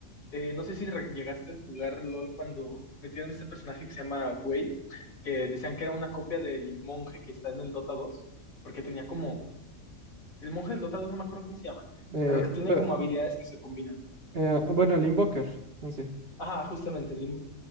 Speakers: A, on the left; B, on the right.
A: Eh, no sé si re- llegaste a jugar LOL cuando metieron este personaje que se llama Wei, que decían que era una copia del monje que está en el Dota dos porque tenía como, el monje del Dota dos no me acuerdo cómo se llama,
B: Eh,
A: pero que tiene
B: pero,
A: como habilidades que se combinan.
B: eh, bueno, el Invoker, en sí.
A: Ajá, justamente, le